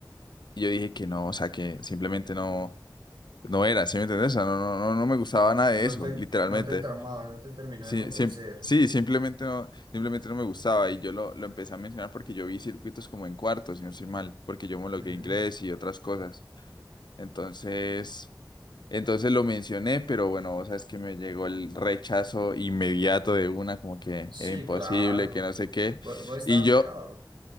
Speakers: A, on the left; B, on the right.
A: yo dije que no, o sea, que simplemente no, no era, ¿sí me entendés? O sea, no, no, no, no me gustaba nada de
B: No
A: eso,
B: te,
A: literalmente.
B: no te traumaba, no te terminó
A: Sí,
B: de convencer.
A: siem- sí, simplemente no, simplemente no me gustaba y yo lo, lo empecé a mencionar porque yo vi circuitos como en cuartos, si no estoy mal, porque yo homologué
B: Ujú.
A: inglés y otras cosas. Entonces, entonces lo mencioné, pero bueno, vos sabes que me llegó el rechazo inmediato de una, como que
B: Sí,
A: era imposible,
B: claro.
A: que no sé qué.
B: vos Vos, estabas
A: Y yo,
B: becado.